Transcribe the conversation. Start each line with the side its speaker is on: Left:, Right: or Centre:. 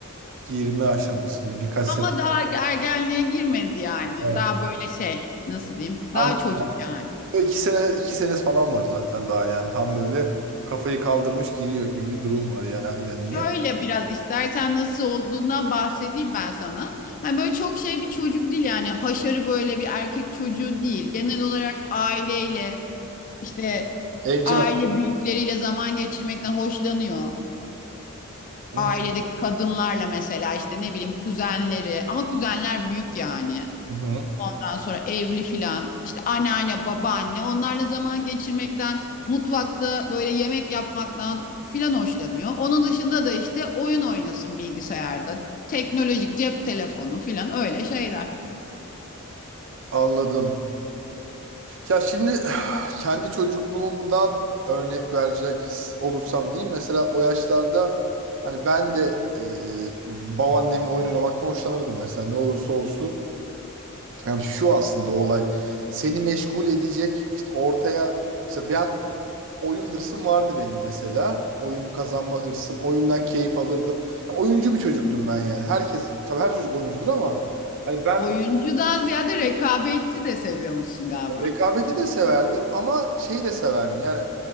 Right: girme aşamasında birkaç
Left: Ama
Right: sene.
Left: daha ergenliğe girmedi yani.
Right: Evet.
Left: Daha böyle şey, nasıl diyeyim?
Right: Anladım.
Left: Daha çocuk yani.
Right: Böyle İki sene, iki senesi falan var zaten daha yani. Tam böyle kafayı kaldırmış giriyor gibi bir durum var yani ergenliğe.
Left: Şöyle biraz istersen nasıl olduğundan bahsedeyim ben sana. Hani böyle çok şey bir çocuk değil yani haşarı böyle bir erkek çocuğu değil. Genel olarak aileyle işte
Right: Evcimen.
Left: aile büyükleriyle zaman geçirmekten hoşlanıyor.
Right: Hı.
Left: Ailedeki kadınlarla mesela işte ne bileyim kuzenleri ama kuzenler büyük yani.
Right: Hı hı.
Left: Ondan sonra evli filan işte anneanne babaanne onlarla zaman geçirmekten mutfakta böyle yemek yapmaktan filan hoşlanıyor. Onun dışında da işte oyun oynasın bilgisayarda teknolojik cep telefonu filan öyle şeyler.
Right: Anladım. Ya şimdi kendi çocukluğumdan örnek verecek olursam diyeyim. Mesela o yaşlarda hani ben de e, babaannemle oyun oynamaktan hoşlanırdım mesela ne olursa olsun. Yani şu aslında olay seni meşgul edecek işte ortaya mesela ben oyun hırsım vardı benim mesela. Oyunu kazanma hırsım, oyundan keyif alırdım. Ya oyuncu bir çocuktum ben yani. Herkes tabii her çocuk oyuncudur ama hani ben
Left: Oyuncudan ziyade rekabetçi de seviyormuşsun galiba.
Right: rekabeti de severdim ama şeyi de severdim. Yani